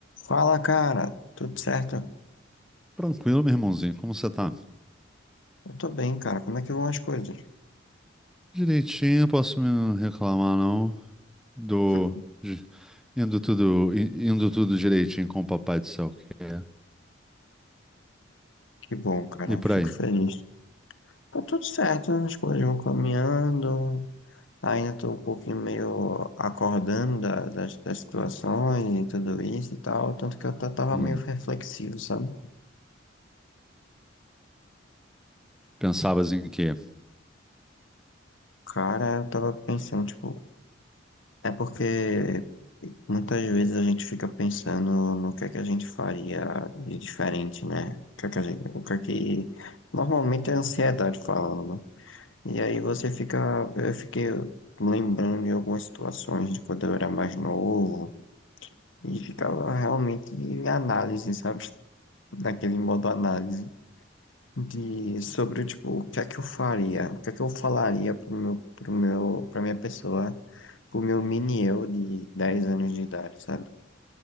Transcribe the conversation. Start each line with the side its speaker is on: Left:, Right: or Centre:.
Left: Fala, cara. Tudo certo?
Centre: Tranquilo, meu irmãozinho. Como você tá?
Left: Eu tô bem, cara. Como é que vão as coisas?
Centre: Direitinho, posso me reclamar, não? Do.
Left: <laughs>
Centre: de- Indo tudo, i- indo tudo direitinho com o papai do céu que é.
Left: Que bom, cara.
Centre: E por
Left: Fico
Centre: aí?
Left: feliz. Tá tudo certo, né? as coisas vão caminhando. Ainda tô um pouquinho meio acordando da- das, das situações e tudo isso e tal. Tanto que eu até tava
Centre: Hum,
Left: meio reflexivo, sabe?
Centre: pensavas em quê?
Left: Cara, eu tava pensando, tipo, é porque muitas vezes a gente fica pensando no que é que a gente faria de diferente, né? O que é que a gente, o que é que normalmente é a ansiedade falando, né? E aí você fica, eu fiquei lembrando de algumas situações de quando eu era mais novo e ficava realmente em análise, sabe? Naquele modo análise de sobre tipo o que é que eu faria, o que é que eu falaria pro meu, pro meu, pra minha pessoa, pro meu mini eu de 10 anos de idade, sabe?